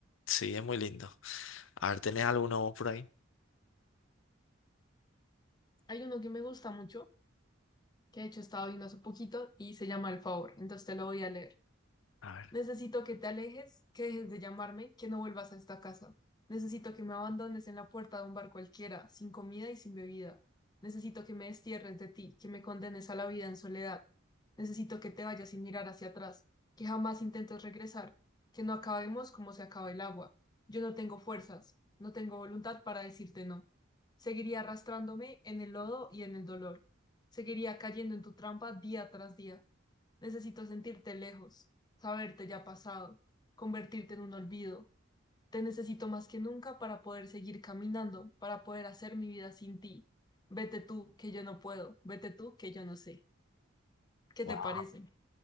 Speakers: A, on the left; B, on the left.
A: sí, es muy lindo. A ver, ¿tenés alguno vos por ahí?
B: Hay uno que me gusta mucho, que de hecho estaba viendo hace poquito y se llama El Favor, entonces te lo voy a leer.
A: A ver,
B: Necesito que te alejes, que dejes de llamarme, que no vuelvas a esta casa. Necesito que me abandones en la puerta de un bar cualquiera, sin comida y sin bebida. Necesito que me destierres de ti, que me condenes a la vida en soledad. Necesito que te vayas sin mirar hacia atrás, que jamás intentes regresar, que no acabemos como se acaba el agua. Yo no tengo fuerzas, no tengo voluntad para decirte no. Seguiría arrastrándome en el lodo y en el dolor. Seguiría cayendo en tu trampa día tras día. Necesito sentirte lejos, saberte ya pasado, convertirte en un olvido. Te necesito más que nunca para poder seguir caminando, para poder hacer mi vida sin ti. Vete tú, que yo no puedo, vete tú, que yo no sé. ¿Qué
A: wow,
B: te parece?